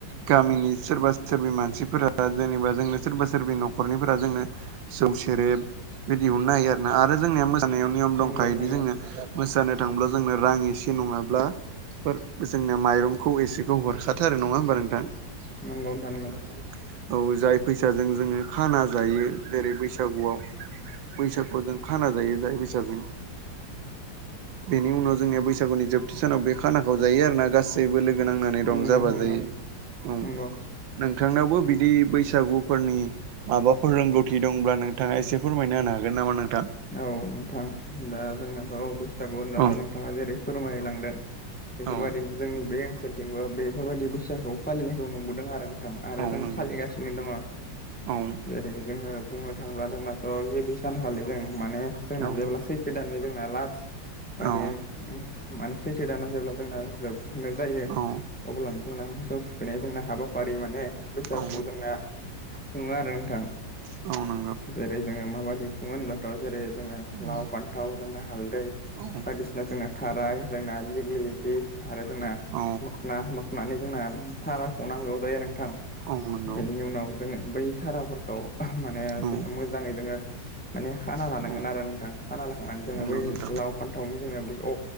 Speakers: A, on the right; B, in the centre.
A: गामिनि सोरबा सोरबि मानसिफोरा जेनेबा जोंनो सोरबा सोरबि नखरनिफोरा जोंनो जौ सेरेब बिदि अनना होयो आरोना आरो जोंनिया मोसानायाव नियम
B: नंगौ
A: दंखायोदि
B: नोंथां
A: जोंङो मोसानो थाङोब्ला जोंनो रां एसे नङाब्ला फोर जोंनो माइरंखौ एसेखौ हरखाथारो नङा होमबा नोंथां?
B: नंगौ नंगौ नोंथां नंगौ नोंथां
A: <inaudible>
B: नंगौ
A: औ जाय फैसाजों जोङो खाना जायो जेरै बैसागुआव जों खाना जायो जाय फैसाजों बेनि उनाव जोंनिया बैसागुनि जोब थिसानाव बे खानाखौ जायो आरोना गासैबो लोगो नांनानै
B: नंगौ
A: रंजा
B: नोंथां
A: बाजायै
B: नंगौ
A: उम
B: नंगौ
A: नोंथांनावबो बिदि बैसागुफोरनि माबाफोर रोंगौथि दंब्ला नोंथाङा एसे फोरमायना होनो हागोन नामा नों
B: औ नोंथां दा जोंनाथ बैसागु होनब्लाथ
A: औ
B: नोंथाङा जेरै फोरमायलांदों बेफोरबायदिनो
A: औ
B: जोंनि बे ओनसोलथिंबो बेफोरबायदि बैसागुखौ फालिनायखौ नुबोदों आरो थां आरो
A: औ
B: जों
A: नंगौ
B: फालिगासिनो दङ
A: औ
B: जेरै जोङो बुंनो थांङोब्ला जोंनाथ गिबि सानखालि जों माने जोंना
A: औ
B: जेब्ला सैथो दाननि जोंना लास्ट माने
A: औ
B: माने सैथो दाना जेब्ला जोंना जोबनो जायो
A: औ
B: अब्लानो जोंना मोसौ थुखैनाय जोंना हाबाफारि माने बैसागुखौ
A: औ
B: जोंना खुङो आरो नोंथां
A: औ नों
B: जेरै जोङो माबायदि खुङो होनब्लाथ जेरै जोङो
A: औ
B: लाव फान्थाव जोंना हालदै
A: औ
B: बायदिसि ना जोंना थाराय जोंना दिगलिटि आरो जोंना
A: औ
B: मोखना मोखनानि जोंना थाराखौ नांगौ जायो नोंथां
A: औ नंगौ
B: बेनि उनाव जोङो बै थाराफोरखौ माने
A: औ
B: जोङो मोजाङै जोङो माने खाना लानांगोन
A: औ
B: आरो नोंथां खाना लाखांनानै जोङो
A: नंगौ नोंथां
B: बै लाव फान्थावनि जोङो बे अ